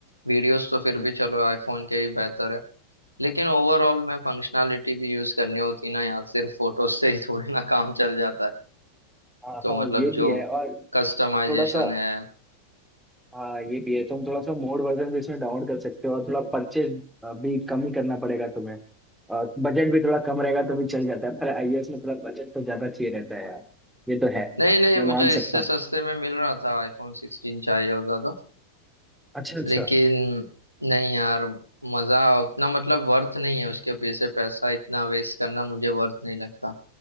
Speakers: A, on the right; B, in the centre.
A: वीडियोस तो फिर
B: हम्म,
A: भी
B: हम्म।
A: चलो आईफोन के ही बेहतर है लेकिन ओवरऑल में फंक्शनैलिटी भी यूज करनी होती ना यार सिर्फ फोटोज से ही थोड़ी ना काम चल जाता है
B: हाँ
A: तो
B: हाँ,
A: मतलब
B: ये
A: जो
B: भी है और
A: कस्टमाइजेशन
B: थोड़ा सा
A: है
B: हाँ ये भी है तुम थोड़ा सा मोड वर्जन भी इसमें डाउनलोड कर सकते हो और थोड़ा परचेज भी कम ही करना पड़ेगा तुम्हें और बजट भी थोड़ा कम रहेगा तो भी चल जाता है पर आईओएस में थोड़ा बजट तो ज्यादा चाहिए रहता है यार ये तो है
A: नहीं नहीं
B: मैं
A: मुझे
B: मान
A: इससे
B: सकता हूँ
A: सस्ते में मिल रहा था आईफोन सिक्सटीन चाहिए होता तो
B: अच्छा अच्छा
A: लेकिन नहीं यार मजा उतना मतलब वर्थ नहीं है उसके पीछे पैसा इतना वेस्ट करना मुझे वर्थ नहीं लगता